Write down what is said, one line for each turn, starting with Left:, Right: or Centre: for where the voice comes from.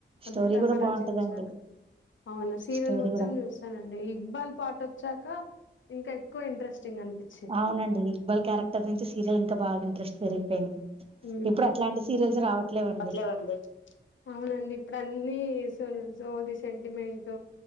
Right: స్టోరీ
Left: అద్భుతంగా
Right: కూడా బాగుంటదండి
Left: రచించారు అవునా సీరియల్
Right: స్టోరీ
Left: మొత్తం
Right: కూడా
Left: చూసా నండి ఇక్బాల్ పాట వచ్చాక ఇంకా ఎక్కువ ఇంట్రెస్టింగ్ అనిపిస్తుంది
Right: అవునండి ఇక్బల్ క్యారెక్టర్ నుంచి సీరియల్ ఇంకా బాగ ఇంట్రెస్ట్ పెరిగిపోయింది
Left: ఉమ్
Right: ఇప్పుడు అట్లాంటి సీరియల్స్ రావట్లేవండి
Left: అట్లేవండి అవునండి ఇప్పుడు అన్ని స సోది సెంటిమెంట్